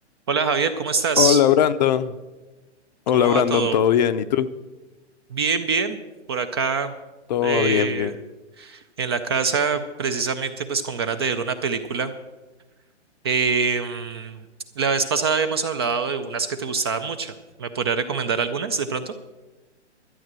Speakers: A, on the right; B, on the left.
A: Hola Javier, ¿cómo estás?
B: Hola Brandon, hola
A: ¿Cómo
B: Brandon,
A: va todo?
B: ¿todo bien? ¿Y tú?
A: Bien, bien. Por acá
B: Todo
A: eh,
B: va bien, bien.
A: en la casa, precisamente pues con ganas de ver una película. Eh, mm, la vez pasada habíamos hablado de unas que te gustaban mucho. ¿Me podrías recomendar algunas de pronto?